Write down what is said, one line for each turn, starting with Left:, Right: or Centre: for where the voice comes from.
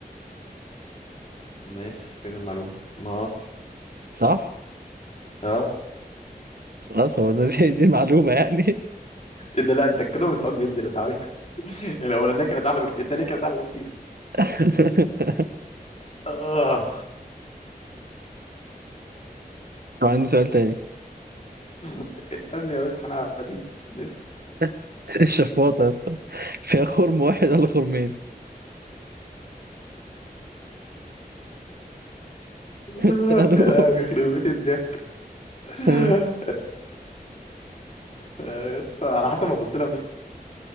Left: ماشي فين المعلومة؟ ما
Right: صح
Left: اه
Right: خلاص هو ده <laughs> دي, دي المعلومة يعني
Left: ايه ده لا انت كده مستواك بينزل يا صاحبي <laughs> الاولانيه كانت اعلى بكتير التانيه كانت اعلى بكتير
Right: <laughs>
Left: اه
Right: طب عندي سؤال تاني
Left: <laughs> اسالني يا باشا احنا قاعدين اسأل.
Right: <laughs> الشفاطة يا اسطى فيها خرم واحد ولا خرمين؟
Left: <laughs>
Right: <laughs> قالوا
Left: يا لهوي يخرب بيت الضحك آه،
Right: آه.
Left: آه، يا اسطى على حسب ابص لها منين